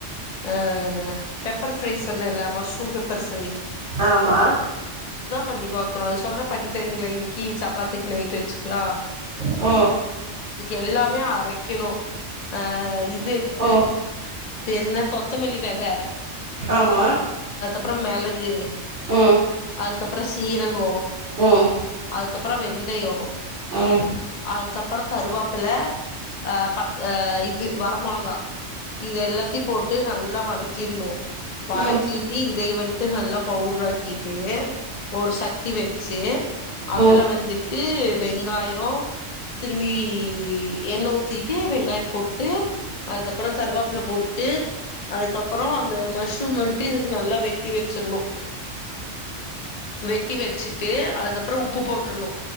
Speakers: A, on the left; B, on the right.
A: ஆ பெப்பர் ஃப்ரை சொல்லிர்லா மஷ்ரூம் பெப்பர் ஃப்ரை
B: ஆமா
A: கண்டிப்பாக அ சொல்ற பண்ணி தரிங்களா இன்னிக்கி சப்பாத் க்கு நைட்டு வெச்சுக்லா
B: அ
A: எல்லாமே அரைக்கணு அ இ
B: ஓ
A: என்ன கொத்தமல்லி வெத
B: ஆமா
A: அப்ற மெளகு
B: அ
A: அதுக்கப்பற சீரகொ
B: ம்
A: அதுக்கப்பற வெந்தயோ
B: ம்
A: அதுக்கப்பற கருவாப்பில அ பத் அ இது வர மொளகா இது எல்லாத்தையு போட்டு நல்லா வதக்கிர்ணு வதக்கிட்டு
B: ம் ம்
A: இதய வந்துட்டு நல்லா பவுடராக்கிட்டு ஒரு சட்டி வச்சு அதுல
B: ம் ம்
A: வந்துட்டு வெங்காயோ திரும்பி எண்ணெ ஊத்திட்டு வெங்காய போட்டு அதுக்கப்பற கருவாப்பில போட்டு அதுக்கப்பற அந்த மஷ்ரூம் வந்ட்டு இதுக்கு நல்லா வெட்டி வெச்சர்ணு வெட்டி வெச்சுட்டு அதுக்கப்ற உப்பு போட்ரணு